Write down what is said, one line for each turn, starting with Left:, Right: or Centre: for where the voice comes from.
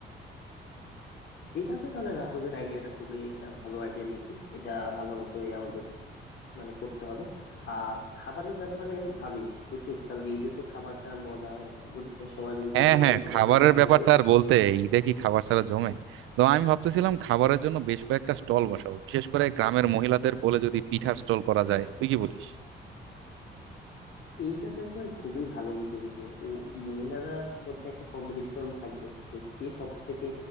Left: ঠিক আছে তাহলে নাটকের আইডিয়াটা খুবই একটা ভালো আইডিয়া নিয়েছিস এটা ভালো মতোই আমাদের মানে করতে হবে আর খাবারের ব্যাপারে ভাবিস বুঝছিস কারণ ঈদে তো খাবার ছাড়া মজা হয় না বুঝিস না সবার
Right: হ্যাঁ
Left: ঘরে ঘরে
Right: হ্যাঁ
Left: মোটামুটি
Right: খাবারের
Left: ভালো
Right: ব্যাপারটা
Left: খাবারই থাকে
Right: আর বলতে ঈদে কি খাবার ছাড়া জমে তো আমি ভাবতেছিলাম খাবারের জন্য বেশ কয়েকটা স্টল বসাবো বিশেষ করে গ্রামের মহিলাদের বলে যদি পিঠার স্টল করা যায় তুই কি বলিস
Left: এইটা তো একবার খুবই ভালো বুঝে বলবো ও মহিলাদের মধ্যে একটা কম্পিটিশন থাকবে যে কে সব থেকে